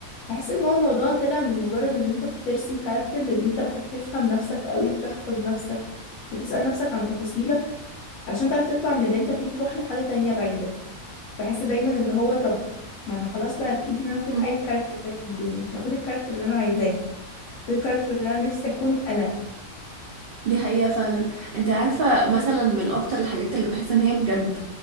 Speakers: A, on the left (about 70°); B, on the right (about 70°).
A: بحس ان هو الموضوع طلع من مجرد ان انت بترسم كاركتر لان انت محتاج تفهم نفسك قوي وتحفظ نفسك وتسأل نفسك عن تفاصيلك علشان تعرف تطلع من اللي انت فيه تروح لحاجة تانية بعيدة بحس دايما اللي هو طب ما انا خلاص بقى في ايدي ان انا اكون
B: مم.
A: اي كاركتر تاني في الدنيا ما اكون الكاركتر اللي انا عايزاه اكون الكاركتر اللي انا نفسي اكون انا
B: دي حقيقة فعلا انت عارفة مثلا من اكتر الحاجات اللي بحس ان هي بجد